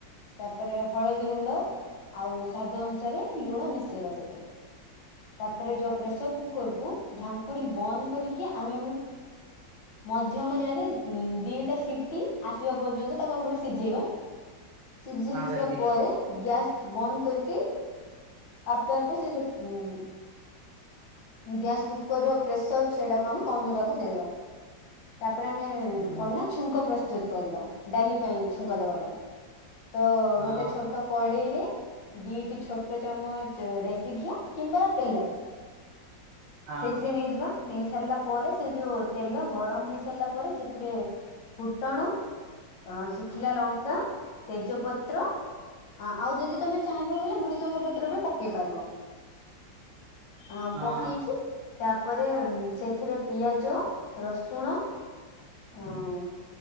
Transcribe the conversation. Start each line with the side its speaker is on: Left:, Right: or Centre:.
Left: ତାପରେ ହଳଦୀ ଗୁଣ୍ଡ। ଆଉ ସ୍ଵାଦ ଅନୁସାରେ ଲୁଣ ମିଶେଇବା ସେଥିରେ। ତାପରେ ଯୋଉ ପ୍ରେସର କୁକର କୁ ଢାଙ୍କୁଣି ବନ୍ଦ କରିକି ଆମେ ଏମି ମଧ୍ୟମ ନିଆଁରେ ଦିଟା ସିଟି ଆସିବା ପର୍ଯ୍ୟନ୍ତ ତାକୁ ଆମ ପୁରା ସିଝେଇବା। ସିଝି
Right: ହଁ
Left: ଆସିବା
Right: ଦିଦି
Left: ପରେ ଗ୍ୟାସ ବନ୍ଦ କରିକି ଆପେ ଆପେ ସେ ଯୋଉ ଉଁ ଗ୍ୟାସ୍ କୁକର ର ପ୍ରେସର ସେଟାକୁ ଆମେ କମିବାକୁ ଦେଇ ଦବା ତା ପରେ ଆମେ
Right: ହଁ
Left: କଣ ନା ଛୁଙ୍କ ପ୍ରସ୍ତୁତ କରିବା ଡାଲି ପାଇଁ ଛୁଙ୍କ ଦବା ପାଇଁ। ତ
Right: ହଁ
Left: ଗୋଟେ ଛୋଟ କଡେଇ ରେ ଦିଟି ଛୋଟ ଚାମଚ ଦେଶୀ ଘିଅ କିମ୍ବା ତେଲ
Right: ହଁ
Left: ସେଇଥିରେ ନେଇଯିବା। ନେଇ ସାରିଲା ପରେ ସେ ଯୋଉ ତେଲ ଗରମ ହେଇ ସାରିଲା ପରେ ସେଥିରେ ଫୁଟଣ ଅ ଶୁଖିଲା ଲଙ୍କା ତେଜପତ୍ର ଆ-ଆଉ ଯଦି ତମେ ଚାହିଁବ କହିଲେ ଭୃଷଙ୍ଗ ପତ୍ର ବି ପକେଇ ପାରିବ। ଆ
Right: ହଁ
Left: ପକେଇକି ତାପରେ ସେଥିରେ ପିଆଜ, ରସୁଣ ଅଁ